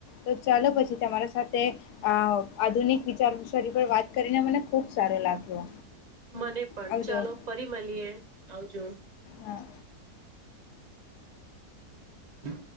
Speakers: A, on the left; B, on the right.
A: તો ચાલો પછી તમારા સાથે આધુનિક અનેક વિચાર વિસારી પર વાત કરીને મને ખુબ સારો લાગ્યો
B: મને પણ
A: આવજો
B: ચાલો ફરી મળીએ આવજો
A: હા
B: હ